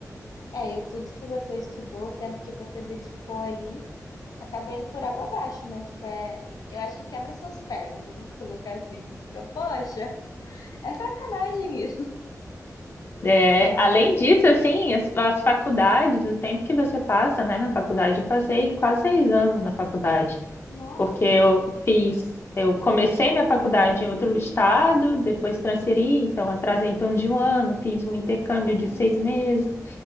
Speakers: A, on the left (about 80°); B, on the left (about 40°).
A: É, e tudo que você estudou, o tempo que você dedicou ali, acaba indo por água abaixo, né? Tipo, é, eu acho que quebra suas pernas, vamos <laughs> colocar assim. Fica, poxa, é sacanagem isso.
B: É,
A: Não.
B: além disso, assim, as, as faculdades, o tempo que você passa, né, na faculdade, eu passei quase seis anos na faculdade.
A: Nossa.
B: porque eu fiz, eu comecei minha faculdade em outro estado, depois transferi, então atrasei em torno de um ano, fiz um intercâmbio
A: Hum.
B: de seis meses,